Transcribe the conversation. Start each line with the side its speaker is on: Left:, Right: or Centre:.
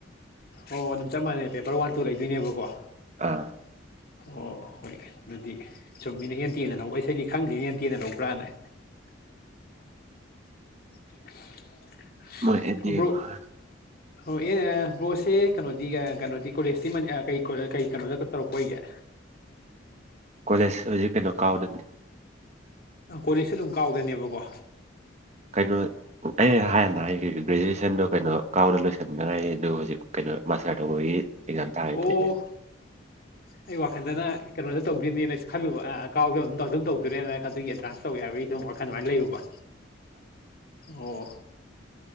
Left: ꯑꯣ ꯑꯗꯨꯝ ꯆꯞ ꯃꯥꯟꯅꯩ ꯄꯦꯄꯔ ꯋꯥꯟ ꯇꯨ ꯂꯩꯗꯣꯏꯅꯦꯕꯀꯣ
Right: ꯑꯥ
Left: ꯑꯣ ꯍꯣꯏ ꯑꯗꯨꯗꯤ ꯁꯨꯝꯝ ꯃꯤꯅ ꯍꯦꯟ ꯇꯦꯟꯅ ꯂꯧꯕ ꯏꯁꯩꯗꯤ ꯈꯪꯗꯦꯅ ꯍꯦ ꯇꯦꯟꯅ ꯂꯧꯕ꯭ꯔꯥꯅꯦ
Right: <unintelligible>
Left: <unintelligible>
Right: ꯃ ꯑꯦꯗꯤꯕꯔ
Left: ꯕ꯭ꯔꯣ ꯑꯣ ꯑꯦꯅꯦ ꯕ꯭ꯔꯣꯁꯦ ꯀꯩꯅꯣꯗꯤ ꯀꯩꯅꯣꯗꯤ ꯀꯣꯂꯦꯖꯇꯤ ꯀ ꯀꯩ ꯀꯩꯅꯣꯗ ꯇꯧꯔꯛꯄ ꯑꯣꯏꯒꯦ
Right: ꯀꯣꯂꯦꯖ ꯍꯧꯖꯤꯛ ꯀꯩꯅꯣ ꯀꯥꯎꯗꯅꯤ
Left: ꯀꯣꯂꯦꯖꯁ ꯑꯗꯨꯝ ꯀꯥꯎꯗꯅꯦꯕꯀꯣ
Right: ꯀꯩꯅꯣ ꯑꯩ ꯍꯥꯏ ꯅ ꯒ꯭ꯔꯦꯖꯨꯋꯦꯁꯟꯗꯣ ꯀꯩꯅꯣ ꯀꯥꯎꯗ ꯂꯣꯏꯁꯟꯟꯅꯉꯥꯏꯔꯤꯦ ꯑꯗꯨ ꯍꯧꯖꯤꯛ ꯀꯩꯅꯣ ꯃꯥꯁꯇꯔ ꯇꯧꯕꯒꯤ ꯑꯦꯛꯖꯥꯝ ꯊꯥꯒꯗꯣꯏꯅꯦ
Left: ꯑꯣ ꯑꯩ ꯋꯥꯈꯟꯗꯅ ꯀꯩꯅꯣꯗ ꯇꯧꯒꯅꯦꯅꯁꯨꯜꯂꯨ ꯑ ꯀꯥꯎꯗ ꯑꯗꯨꯝ ꯑꯗꯨꯝ ꯇꯧꯗꯔꯅ ꯑꯗꯨꯒꯤ ꯑꯦꯗꯚꯥꯟꯁ ꯇꯧ ꯌꯥ ꯍꯥꯏꯕꯒꯤ ꯋꯥꯜ ꯑꯗꯨꯃꯥꯏꯅ ꯂꯩꯔꯨꯕ ꯑꯣ